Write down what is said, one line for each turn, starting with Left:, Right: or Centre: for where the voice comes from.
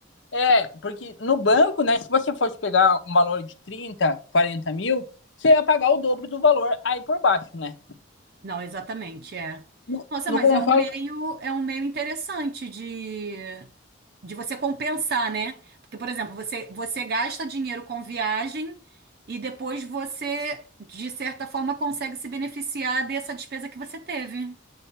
Left: É, porque no banco, né, se você fosse pegar um valor de 30 40 mil, você ia pagar o dobro do valor aí por baixo, né?
Right: Não, exatamente, é.
Left: No,
Right: Nossa,
Left: no
Right: mas
Left: console,
Right: é um meio, é um meio interessante de, de você compensar, né? Porque, por exemplo, você, você gasta dinheiro com viagem e depois você, de certa forma, consegue se beneficiar dessa despesa que você teve.